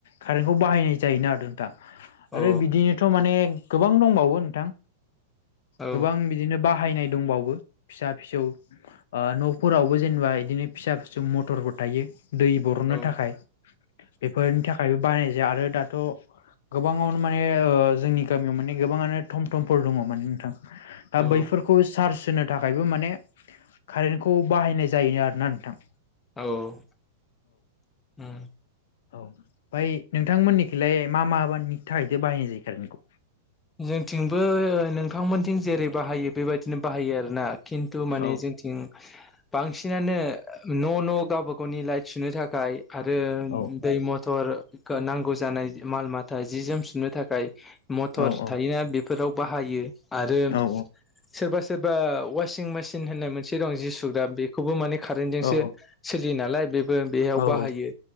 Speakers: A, on the left; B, on the left.
A: कारेन्टखौ बाहायनाय जायो। नोंथां
B: औ
A: आरो बिदिनोथ' माने गोबां दंबावो नोंथां।
B: औ
A: गोबां बिदिनो बाहायनाय दंबावो फिसा फिसौओ न' फोरावबो जेनेबा बिदिनो फिसा फिसौ मथरफोर थायो दै बर'ननो
B: औ
A: थाखाय बेफोरनि थाखायबो बानाय जायो आरो दाथ' गोबाङावनो माने जोंनि गामियाव माने गोबाङानो थम फयटमफोर दङ माने नोंथां
B: औ
A: दा बैफोरखौ चार्स होनो थाखायबो माने कारेन्टखौ बाहायनाय जायोनो आरोना नोंथां?
B: औ
A: औ ओमफ्राय नोंथांमोननिखौलाय मा मा मानि थाखायथो बाहायनाय जायो खारेन्टखौ
B: जोंथिंबो नोंथांमोनथिं जेरै बाहायो बेबायदिनो बाहायो आरोना खिन्थु माने
A: औ
B: जोंथिं बांसिनानो न' न' गावबा गावनि लाइट सुनो थाखाय आरो
A: औ
B: दै मथ मटर नांगौ जानाय माल माथा जि जोम सननो थाखाय मटर
A: औ औ
B: बेफोराव बाहायो आरो
A: औ
B: सोरबा सोरबा वासिं मेसिन होननाय मोनसे दं जिु सुग्रा बेखौबो माने कारेेनन्टजोंसो
A: औ
B: सोलियो नालाय बे बेयाव
A: औ
B: बाहायो
A: औ